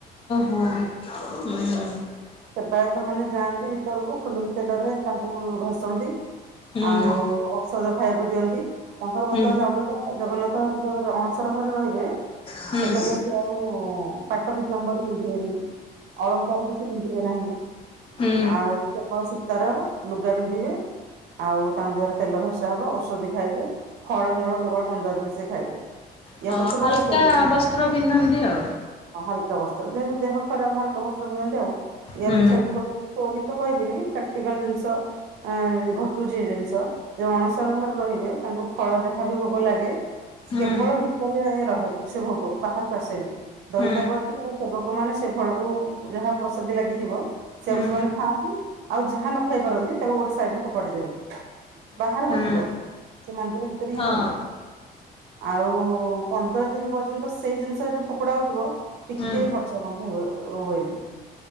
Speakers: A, on the left (about 35°); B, on the right (about 80°).
A: ହଁ ହୁଁ।
B: ସେବାୟତ ମାନେ ଯାଆନ୍ତି ଭିତରକୁ ଫୁଲୁକି ତେଲରେ ତାଙ୍କୁ ଘଷନ୍ତି।
A: ହୁଁ
B: ଆଉ ଔଷଧ ଖାଇବାକୁ ଦିଅନ୍ତି ତାଙ୍କର ବର୍ତ୍ତମାନ
A: ହୁଁ
B: ଅଭିଜ୍ଞା ଜଗନ୍ନାଥଙ୍କ ଅଣସର ଘରେ ରହିବେ
A: ହୁଁ
B: ସେତେବେଳେ ସିଏ ଆଉ ପାଟ ପ ନମ୍ବର ପିନ୍ଧିବେନି। ଅଳନ୍ତର କିଛି ପିନ୍ଧିବେ ନାହିଁ।
A: ହୁଁ।
B: ଆଉ କେବଳ ସୂତାର ଲୁଗା ପିନ୍ଧିବେ। ଆଉ ତାଙ୍କ ଦେହରେ ତେଲ ଭଷା ହବ ଔଷଧି ଖାଇବେ ଫଳମୂଳ କେବଳ ପନ୍ଦର ଦିନ ସେ ଖାଇବେ।
A: ହଁ
B: ୟା ପଛରେ
A: ହାଲକା
B: ଗୋଟେ ଷ୍ଟୋରି
A: ବସ୍ତ୍ର ପିନ୍ଧନ୍ତି ଆଉ।
B: ହ ବସ୍ତ୍ର ଯେହେତୁ ଦେହ ଖରାପ ହାଲକା ବସ୍ତ୍ର ପିନ୍ଧନ୍ତି ଆଉ ୟା
A: ହୁଁ
B: ପଛରେ ବି ଗୋଟେ ଷ୍ଟୋରି ତ କହିବିନି ପ୍ରାକ୍ଟିକାଲ ଜିନିଷ। ଅ ଘଟୁଛି ଜିନିଷ ଯ ଅଣସର ଘରେ ରହିବେ ତାଙ୍କୁ ଫଳ ଯାହା ବି ଭୋଗ ଲାଗେ
A: ହୁଁ
B: କେବଳ ଭିତରେ ରହେ ସେ ଭୋଗ। ବାହାରକୁ ଆସେନି ଦଇତାପତି
A: ହୁଁ
B: ଆଉ ସେବକ ମାନେ ସେ ଫଳକୁ ଯାହା ପ୍ରସାଦୀ ଲାଗିଥିବ ସେଇଆକୁ
A: ହୁଁ
B: ସେମାନେ ଖାଆନ୍ତି ଆଉ ଯାହା ନ ଖାଇ ପାରନ୍ତି ତାକୁ ଗୋଟେ ସାଇଡରେ ଫୋପାଡି ଦିଅନ୍ତି। ବାହାରକୁ
A: ହୁଁ।
B: ଯିବନି ସେ ମନ୍ଦିର ଭିତରେ
A: ହଁ
B: ହିଁ ରହିବ। ଆଉ ପନ୍ଦର ଦିନି ପର୍ଯ୍ୟନ୍ତ ସେଇ ଜିନିଷ ଫୋପଡା ହଉଥିବ ଟିକେ
A: ହୁଁ।
B: ବି ବଛା ଗନ୍ଧ ହୁଁ ହୁଏନି।